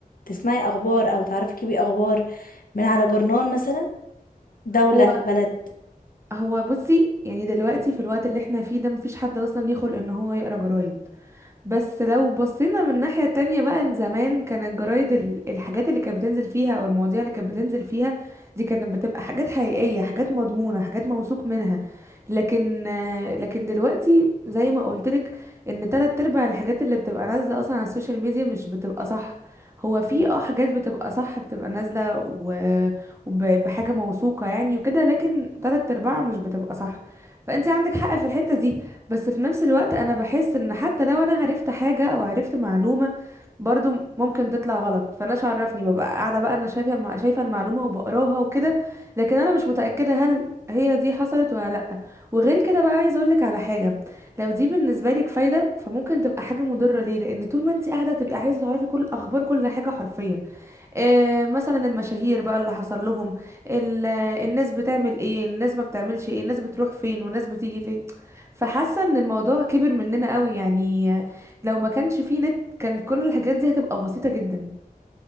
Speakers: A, on the left (about 65°); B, on the right (about 20°).
A: تسمعي اخبار او تعرفي كيبي اخبار من على جورنال مثلا دولة
B: هو
A: بلد
B: هو بصي يعني دلوقتي في الوقت اللي احنا فيه ده مفيش حد اصلا ليه خلق ان هو يقرا جرايد بس لو بصينا من ناحية تانية بقى لزمان كان الجرايد ال- الحاجات اللي كانت بتنزل فيها او المواضيع اللي كانت بتنزل فيها دي كانت بتبقى حاجات حقيقية حاجات مضمونة حاجات موثوق منها لكن آه، لكن دلوقتي زي ما قولتلك ان تلات ارباع الحاجات اللي بتبقى نازلة اصلا على السوشيال ميديا مش بتبقى صح هو في اه حاجات بتبقى صح بتبقى نازلة و- وب- بحاجة موثوقة يعني وكده لكن تلات ارباعها مش بتبقى صح فانت عندك حق في الحتة دي بس في نفس الوقت انا بحس ان حتى لو انا عرفت حاجة او عرفت معلومة برضو ممكن تطلع غلط فانا عرفني ببقى قاعدة بقى انا شايفة الم- شايفة المعلومة وبقراها وكده لكن انا مش متأكدة هل هي دي حصلت ولا لأ وغير كده بقى عايزة اقولك على حاجة لو دي بالنسبة لك فايدة فممكن تبقى حاجة مضرة ليه لان طول ما انت قاعدة تبقي عايزة تعرفي كل اخبار كل حاجة حرفيا آه، مثلا المشاهير بقى اللي حصل لهم ال- آه، الناس بتعمل ايه الناس ما بتعملش ايه الناس بتروح فين والناس بتيجي فين فحاسه ان الموضوع كبر مننا قوي يعني آه، لو ما كانش فيه نت كان كل الحاجات دي هتبقى بسيطه جدا